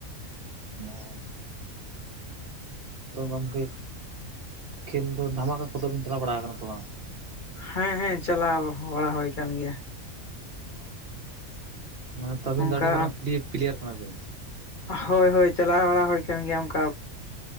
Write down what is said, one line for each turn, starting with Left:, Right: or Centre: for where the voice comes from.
Right: ᱚ ᱛᱚ, ᱜᱚᱝᱠᱮ ᱠᱷᱮᱹᱞ ᱫᱚ ᱫᱷᱟᱢᱟᱠᱟ ᱠᱚᱫᱚ ᱵᱤᱱ ᱪᱟᱞᱟᱣ ᱵᱟᱲᱟ ᱟᱠᱟᱱᱟ ᱥᱮ ᱵᱟᱝ?
Left: ᱦᱮᱸ ᱦᱮᱸ ᱪᱟᱞᱟᱣ ᱵᱟᱲᱟ ᱦᱩᱭ ᱠᱟᱱ ᱜᱮᱭᱟ᱾
Right: ᱚ, ᱢᱟᱱᱮ ᱛᱚ ᱟᱹᱵᱤᱱ
Left: ᱚᱱᱠᱟ
Right: ᱫᱚ ᱟᱹᱰᱤ ᱢᱟᱨᱟᱝ ᱯᱞᱤ ᱯᱞᱮᱭᱟᱨ ᱠᱟᱱᱟᱵᱤᱱ᱾
Left: ᱦᱳᱭ ᱦᱳᱭ, ᱪᱟᱞᱟᱣ ᱵᱟᱲᱟ ᱦᱩᱭ ᱟᱠᱟᱱ ᱜᱮᱭᱟ ᱚᱝᱠᱟ